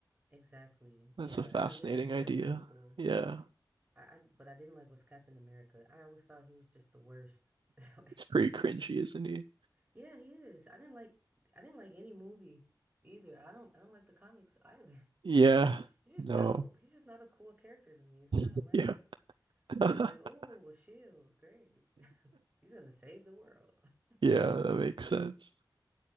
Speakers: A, on the right; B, on the right.
A: Exactly.
B: That's
A: Yeah.
B: a fascinating
A: Uh, yeah, that's yeah,
B: idea.
A: that's pretty cool.
B: Yeah.
A: I, I what I didn't like was Captain America. I always thought he was just the worst. <laughs> Like,
B: He's pretty cringy, isn't he?
A: Yeah, he is. I didn't like I didn't like any movie either. I don't I don't like the comics either.
B: Yeah.
A: <laughs> He's just
B: No.
A: not a he's just not a cool character to me. It's
B: <laughs>
A: kind of lame.
B: Yeah. <laughs>
A: Like, oh, a shield. Great. <laughs> He's gonna save the world. <laughs>
B: Yeah, that makes sense.